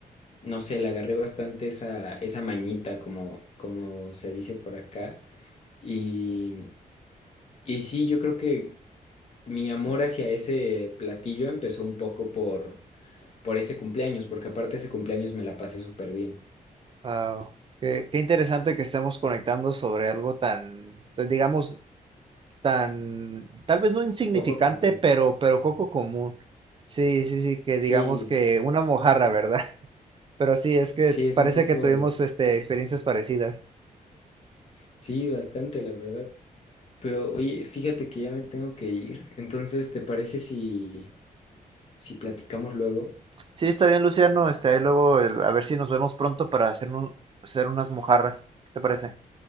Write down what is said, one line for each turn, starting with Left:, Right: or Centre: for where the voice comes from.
Left: no sé, le agarré bastante esa, esa mañita, como, como se dice por acá. Y, y sí, yo creo que mi amor hacia ese platillo empezó un poco por, por ese cumpleaños, porque aparte ese cumpleaños me la pasé súper bien.
Right: Wow. Qué, qué interesante que estemos conectando sobre algo tan, tan, digamos, tan, tal vez no insignificante,
Left: Poco común.
Right: pero, pero poco común. Sí, sí, sí, que
Left: Sí,
Right: digamos que una mojarra, ¿verdad? <laughs> Pero sí, es que
Left: sí, es
Right: parece
Left: un poco,
Right: que tuvimos este, experiencias parecidas.
Left: sí, bastante, la verdad. Pero oye, fíjate que ya me tengo que ir. Entonces, ¿te parece si, si platicamos luego?
Right: Sí, está bien, Luciano. Este, ahí luego, el- a ver si nos vemos pronto para hacer, un- hacer unas mojarras. ¿Qué te parece?